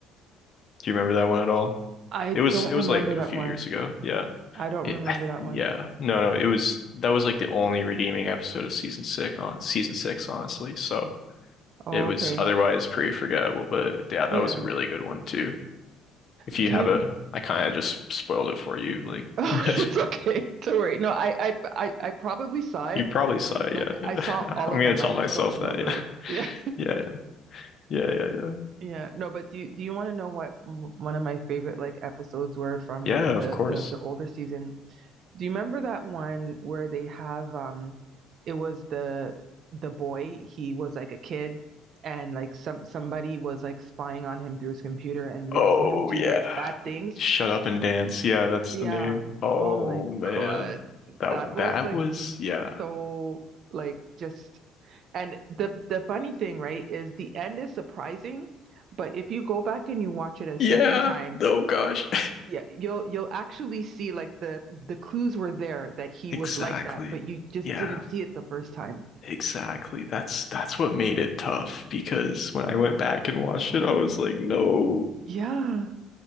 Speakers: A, on the left; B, on the right.
A: you remember that one at all?
B: I
A: It
B: don't
A: was it was
B: remember
A: like
B: that
A: a few
B: one.
A: years ago. Yeah.
B: I don't
A: It,
B: remember
A: I
B: that
A: yeah,
B: one.
A: no, no, it was that was like the only redeeming episode of season six on season six, honestly. So
B: Oh,
A: it was
B: okay.
A: otherwise pretty forgettable, but yeah, that
B: Yeah.
A: was a really good one too. If you
B: Do
A: have
B: you?
A: a,
B: <laughs>
A: I kind of just spoiled it for you, like
B: It's
A: <laughs>
B: okay. Don't worry. No, I, I, I, I probably saw it.
A: you probably saw it.
B: Like
A: Yeah,
B: I saw
A: yeah.
B: all
A: <laughs> I'm
B: of
A: gonna
B: them.
A: tell
B: I just
A: myself
B: don't remember
A: that. Yeah,
B: it. <laughs>
A: <laughs>
B: Yeah.
A: yeah, yeah, yeah, yeah,
B: Yeah. No, but do you do you want to know what m- one of my favorite like episodes were from
A: yeah.
B: the
A: Of course.
B: the the older season? Do you remember that one where they have um it was the the boy, he was like a kid and like some somebody was like spying on him through his computer and making
A: Oh
B: him do
A: yeah,
B: like bad things?
A: Shut Up and Dance. Yeah, that's
B: Yeah.
A: the name. Oh
B: Oh my
A: man,
B: God.
A: that
B: That was
A: that
B: like
A: was yeah.
B: so like just And the the funny thing, right, is the end is surprising, but if you go back and you watch it a
A: Yeah.
B: second time,
A: Oh gosh.
B: yeah, you'll you'll actually see like the the clues were there that he
A: Exactly.
B: was like that, but you just
A: Yeah,
B: didn't see it the first time.
A: exactly. That's that's what made it tough because when I went back and watched it, I was like, no.
B: Yeah,